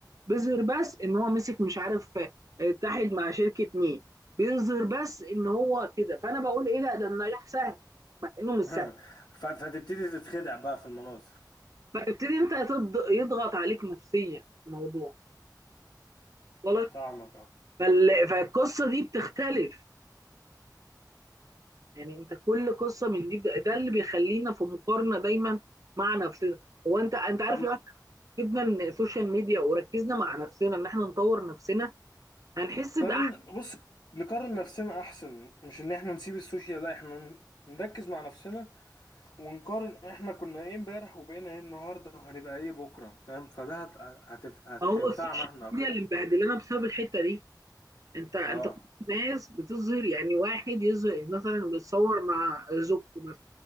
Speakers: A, on the right (about 50°); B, on the left (about 80°).
A: بيظهر بس ان هو مسك مش عارف آه، اتحد مع شركه مين بيظهر بس ان هو كده فانا بقول ايه ده ده النجاح سهل مع انه مش سهل
B: <laughs> ف- فتبتدي تتخدع بقى في المناظر
A: فتبتدي انت تض- يضغط عليك نفسيا الموضوع وصلك
B: فاهمك اه
A: فال- فالقصه دي بتختلف يعني انت كل قصه من دي بت- ده اللي بيخلينا في مقارنه دايما مع نفسنا هو انت انت عارف
B: طب
A: لو احنا جبنا ال- السوشيال ميديا وركزنا مع نفسنا ان احنا نطور نفسنا هنحس باحسن
B: قارن بص نقارن نفسنا احسن مش ان احنا نسيب السوشيال لا احنا ن- نركز مع نفسنا ونقارن احنا كنا ايه امبارح وبقينا ايه النهارده وهنبقى ايه بكره فاهم فده هت... هتف... هتنفعنا
A: هو السوشيال
B: احنا اكتر
A: ميديا اللي مبهدلانا بسبب الحته دي انت انت
B: اه
A: كل الناس بتظهر يعني واحد يظهر مثلا بيتصور مع زوجته